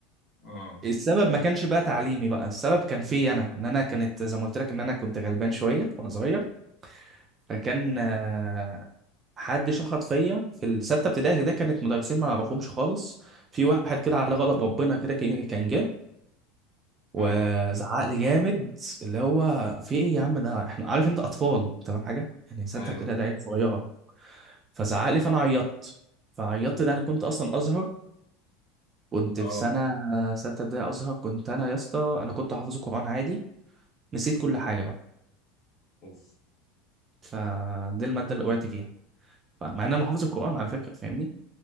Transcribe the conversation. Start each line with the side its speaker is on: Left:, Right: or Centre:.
Left: اه
Right: السبب ما كانش بقى تعليمي بقى السبب كان فيا انا ان انا كانت زي ما قلت لك ان انا كنت غلبان شويه وانا صغير فكان آه، حد شخط فيا في السته ابتدائي ده كانت مدرسين ما نعرفهمش خالص في واحد كده على غضب ربنا كده كان كان جه وزعق
Left: ايوه
Right: لي جامد اللي هو في ايه يا عم ده احنا عارف انت اطفال انت فاهم حاجه يعني سته
Left: ايوه
Right: ابتدائي ده عيال صغيره فزعق لي فانا عيطت فعيطت ده انا كنت اصلا ازهر كنت
Left: اه
Right: في سنه سته ابتدائي ازهر كنت انا يا اسطى انا كنت حافظ القران عادي نسيت كل حاجه بقى
Left: اوف
Right: فدي الماده اللي وقعت فيها فمع ان انا حافظ القران على فكره فاهمني